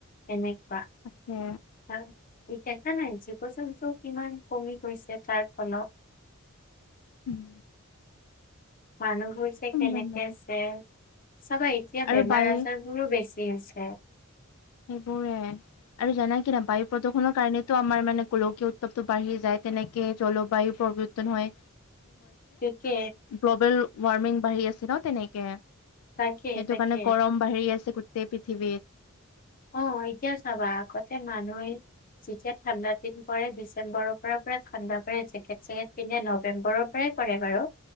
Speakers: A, on the left; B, on the left.
A: এনেকুৱা।
B: তাকে।
A: হয়। দেখা নাই জীৱ জন্তু কিমান কমি গৈছে তাৰ ফলত।
B: উম।
A: মানুহবোৰ যে কেনেকে
B: মানে
A: আছে চাবা এতিয়া
B: আৰু
A: বেমাৰ
B: বায়ু
A: আজাৰ। বোৰো বেছি হৈছে।
B: সেইবোৰে আৰু জানা কি না বায়ু প্ৰদূষণৰ কাৰণে। টো আমাৰ মানে গোলকীয় উত্তৱতটো বাঢ়ি যায় তেনেকে জলবায়ু প্ৰৱৰ্তন হয়।
A: তাকে
B: গ্ল'বেল ৱাৰ্মিং বাঢ়ি আছে ন তেনেকে সেইটো
A: তাকে তাকে
B: কাৰণে গৰম। বাঢ়ি আছে গোটেই পৃথিৱীত।
A: অ' এতিয়া চাবা আগতে মানুহে যেতিয়া ঠাণ্ডা দিন পৰে, ডিচেম্বৰৰ পৰা পৰা ঠাণ্ডা পৰে জেকেট চেকেট পিন্ধে নৱেম্বৰৰ পৰা কৰে বাৰু।